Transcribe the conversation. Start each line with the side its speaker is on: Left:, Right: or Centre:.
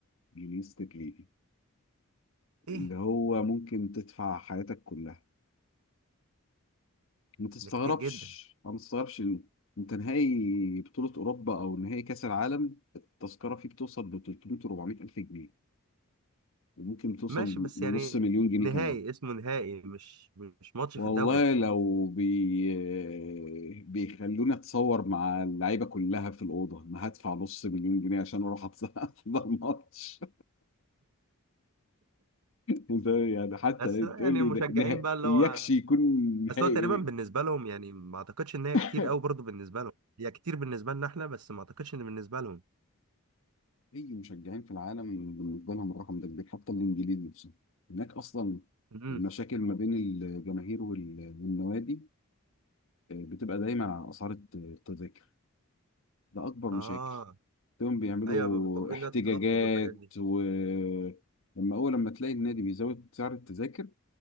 Left: جنيه استرليني
Right: ايه
Left: اللي هو ممكن تدفع حياتك كلها ما تستغربش
Right: ده كتير جدا
Left: أو ما تستغربش إن انت نهائي بطولة أوروبا أو نهائي كأس العالم التذكرة فيه بتوصل ل 300 و400 ألف جنيه وممكن توصل
Right: ماشي بس
Left: لنص
Right: يعني
Left: مليون جنيه
Right: نهائي
Left: كمان
Right: اسمه نهائي مش مش ماتش
Left: والله
Right: في الدوري
Left: لو بي... آه، بيخلوني اتصور مع اللعيبه كلها في الاوضه ما هدفع نص مليون جنيه عشان اروح أتص- <laughs> احضر ماتش ده يعني حتى
Right: بس يعني
Left: تقول لي
Right: المشجعين
Left: ده نهائي
Right: بقى اللي
Left: يكشي
Right: هو
Left: يكون نهائي
Right: اصل هو تقريبا
Left: ايه
Right: بالنسبه لهم يعني ما اعتقدش ان هي
Left: <laughs>
Right: كتير قوي برضه بالنسبه لهم هي كتير بالنسبه لنا احنا بس ما اعتقدش ان بالنسبه لهم
Left: <coughs> اي مشجعين في العالم بالنسبه لهم الرقم ده كبير حتى الانجليز نفسهم هناك اصلا
Right: امم
Left: المشاكل ما بين الجماهير وال- والنوادي آه، بتبقى دايما على اسعار الت- التذاكر ده اكبر مشاكل
Right: اه
Left: تقوم بيعملوا
Right: ايوه بيبقوا طالبين
Left: احتجاجات
Right: انها تتخفض والحاجات دي
Left: ولما اول لما تلاقي النادي بيزود سعر التذاكر